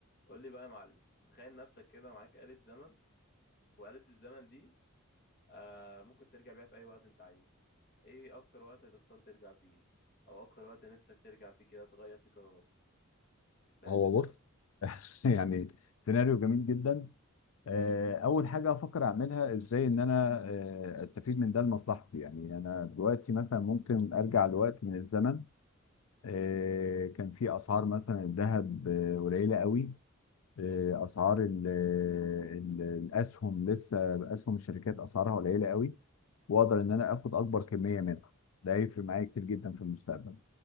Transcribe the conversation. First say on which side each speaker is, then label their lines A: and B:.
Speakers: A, on the left; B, on the left.
A: قول لي بقى يا معلم تخيل نفسك كده معاك آلة زمن وآلة الزمن دي آه ممكن ترجع بيها في أي وقت أنت عايزه إيه أكتر وقت هتختار ترجع فيه أو أكتر وقت نفسك ترجع فيه كده تغير فيه قرارات بآلة
B: هو
A: الزمن
B: بص <laughs> يعني سيناريو جميل جدا آه، اول حاجه افكر اعملها ازاي ان انا آه، استفيد من ده لمصلحتي يعني انا دلوقتي مثلا ممكن ارجع لوقت من الزمن آه، كان في اسعار مثلا الذهب آه، قليله قوي آه، اسعار ال ال الاسهم لسه اسهم الشركات اسعارها قليله قوي واقدر ان انا اخد اكبر كميه منها ده هيفرق معايا كتير جدا في المستقبل